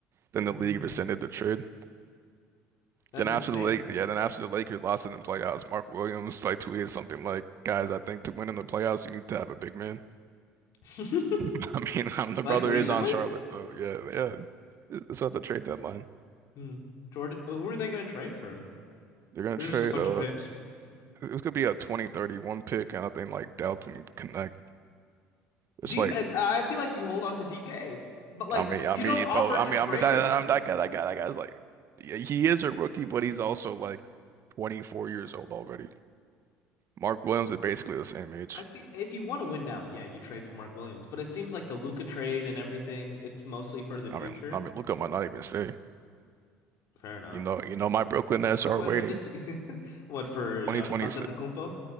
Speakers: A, on the right; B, on the left.
A: then
B: hmm
A: the league rescinded the trade.
B: That's
A: Then after
B: insane.
A: the late, yeah, then after the Lakers lost it in the playoffs, Mark Williams like tweeted something like, "Guys, I think to win in the playoffs, you need to have a big man."
B: <laughs>
A: <laughs> I mean, um, the
B: Like
A: brother
B: recently?
A: is on Charlotte though. Yeah, yeah. It's at the trade deadline.
B: Hmm. Jordan, oh, who are they going to trade for him?
A: They're gonna
B: There's
A: trade.
B: just a bunch
A: Uh,
B: of picks.
A: it's gonna be a 2031 pick, and I think like Dalton Connect.
B: D.
A: It's like,
B: I feel like you hold on to DK, but like
A: I mean, I
B: you
A: mean,
B: don't offer
A: bro, I
B: to
A: mean,
B: trade
A: I mean that,
B: him.
A: that that guy, that guy, that guy's like, yeah, he is a rookie, but he's also like 24 years old already. Mark Williams is basically the same age.
B: I see. If you want to win now, yeah, you trade for Mark Williams. But it seems like the Luca trade and everything, it's mostly for the future.
A: I mean, I mean, Luka might not even stay.
B: Fair enough.
A: You know, you know, my Brooklyn Nets
B: When,
A: are waiting.
B: when does he? <laughs> what for Giannis
A: 2020,
B: Antetokounmpo?